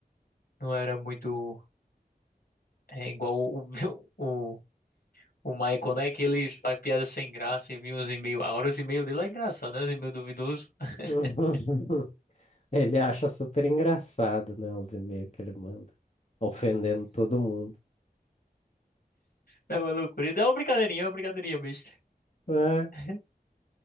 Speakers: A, on the left; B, on the left.
A: Não era muito... É igual o, o, o, o Michael, né? Que ele faz piada sem graça e vinha os e-mails. Agora os e-mails dele é engraçado, né? Os e-mails duvidosos. <laughs>
B: <laughs> Ele acha super engraçado, né, os e-mails que ele manda, ofendendo todo mundo.
A: É uma loucura. Ele É uma brincadeirinha, é uma brincadeirinha besta.
B: É,
A: <laughs>